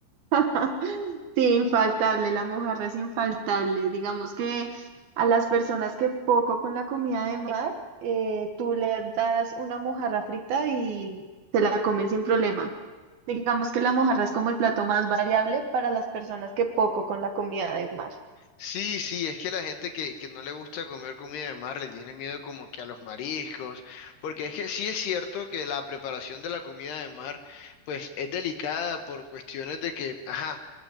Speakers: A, on the right; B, on the left.
A: <laughs> Sí, infaltable, la mojarra es infaltable. Digamos que a las personas que poco con la comida de mar, eh, tú le das una mojarra frita y se la comen sin problema. Digamos que la mojarra es como el plato más variable para las personas que poco con la comida de mar.
B: Sí, sí, es que la gente que, que no le gusta comer comida de mar le tiene miedo como que a los mariscos, porque es que sí es cierto que la preparación de la comida de mar pues es delicada por cuestiones de que, ajá,